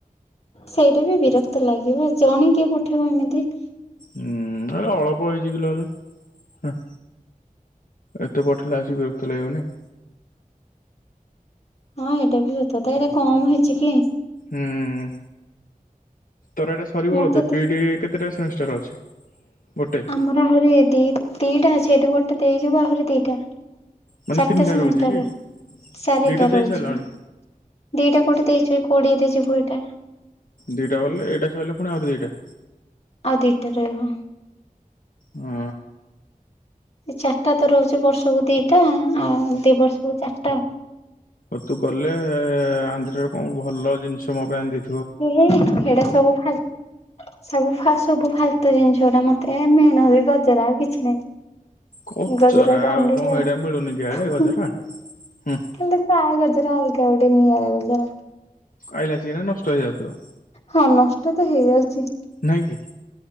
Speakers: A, on the left; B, on the left.
A: ସେଇଟା ବି ବିରକ୍ତ ଲାଗିବ ଆଉ ଜଣେ କିଏ ପଠେଇବ ଏମିତି
B: ହୁଁ ହେଲେ ଅଳ୍ପ ହେଇଯିବି ନ ହେଲେ ହଁ ଏତେ ପଠେଇଲା ସିଏ ବିରକ୍ତ ଲାଗିବନି?
A: ହଁ ଏଇଟା ବି ସତକଥା, ଏଇଟା କମ ହେଇଛି କି?
B: ହୁଁ, ତୋର ଏଇଟା ସରିବ
A: ମତେ
B: ବୋଧେ,
A: ତ
B: ବି ଡ଼ି ଡି କେତ କେତେଟା ସେମିଷ୍ଟାର ଅଛି? ଗୋଟେ
A: ଆମର ଆହୁରି ଦି ଦିଟା ଅଛି, ଏଠୁ ଗୋଟେ ଦେଇଯିବୁ ଆହୁରି ଦିଟା
B: ମାନେ
A: ଚାରିଟା
B: ତିନିଟା
A: ସେମିଷ୍ଟାର,
B: ରହୁଛି କି
A: ଚାରିଟା
B: ଦିଟା ଦେଇ
A: ରହୁଛି।
B: ସାରିଲଣି
A: ଦିଟା କୋଟେ ଦେଇଛୁ, କୋଡିଏରେ ଯିବୁ ଏଇଟା
B: ଦୁଇଟା ବଲେ ଏଇଟା ସଇଲେ ପୁଣି ଆଉ ଦୁଇଟା?
A: ଆଉ ଦିଇଟା ରହିବ।
B: ହୁଁ।
A: ଚାରିଟା ତ ରହୁଛି ବର୍ଷକୁ ଦିଟା ଆଉ ଦି ବର୍ଷକୁ ଚାରିଟା।
B: ଓ ତୁ ଗଲେ ଆନ୍ଧ୍ରରେ କଣ ଭଲ ଜିନିଷ ମୋ ପାଇଁ ଆନ୍ ଦେ
A: ହେଁ ହେଡା ସବୁ ଖାଲ ସବୁ ସବୁ ଫାଲତୁ ଜିନିଷ ଗଟା ମତେ ମେନ ହଉଛି ଗଜର ଆଉ କିଛି ନାହିଁ।
B: କଚରା
A: ଗଜରାଟା
B: ଆଉ
A: ଆଣିଦେବି।
B: କଣ ଏଇଟା ମିଳୁନି କି ଇଆଡେ ଗଜରା ହୁଁ
A: <unintelligible> ସାଏ ଗଜରା ଅଲଗା ଗୋଟେ ନିଆରା ଗଜରା।
B: ଆଇଲା ଚିରା ନଷ୍ଟ ହେଇ ଯାଉଥିବ।
A: ହଁ ନଷ୍ଟ ତ ହେଇଯାଉଛି।
B: ନାଇଁ କି?